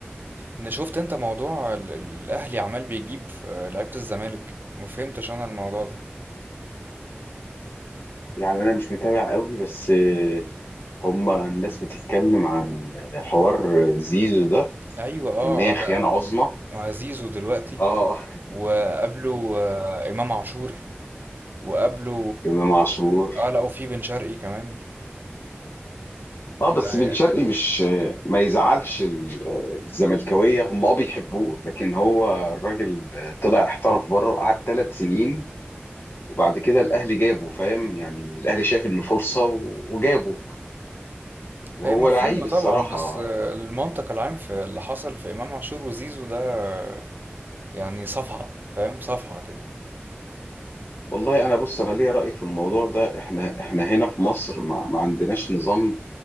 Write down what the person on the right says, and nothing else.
انا شفت انت موضوع ال- ال- الاهلي عمال بيجيب في لعيبة الزمالك ما فهمتش انا الموضوع ده
ايوه اه
اه
ده زيزو دلوقتي
وقبله آه، امام عاشور وقبله
اه آه، لا وفي بن شرقي كمان
ده هي
هي مفهومة
طبعا بس آه، المنطق العام في اللي حصل في امام عاشور وزيزو ده آه، يعني صفعة فاهم صفعة كده